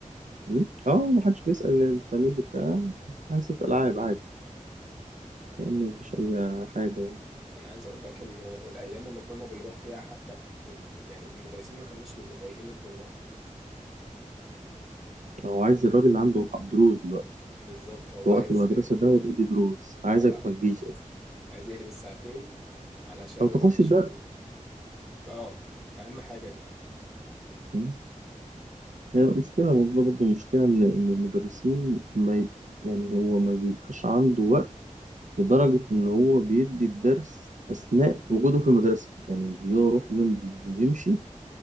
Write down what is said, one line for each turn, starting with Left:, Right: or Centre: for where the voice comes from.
Right: م? اه محدش بيسأل انت مين اللي بتاع حصة ألعاب عادي كأن مفيش أي حاجة
Centre: أنا عايز أقول لك إن الأيام اللي كنا بنروح فيها حتى ال... يعني المدرسين ما كانوش بيبقوا طايقين الطلاب
Right: هو عايز الراجل اللي عنده ح- دروس دلوقتي
Centre: بالظبط هو
Right: في وقت
Centre: عايز
Right: المدرسة ده هو بيدي دروس عايزك
Centre: هو
Right: ما تجيش أصلا
Centre: عايز يقلب الساعتين علشان
Right: أو
Centre: يروح
Right: تخش
Centre: يشوف
Right: الدرس
Centre: ال- اه أهم حاجة دي
Right: م? هي المشكلة الموضوع برضه مشكلة إن إن المدرسين ما يب... يعني هو ما بيبقاش عنده وقت لدرجة إن هو بيدي الدرس أثناء وجوده في المدرسة يعني بيروح يمضي ويمشي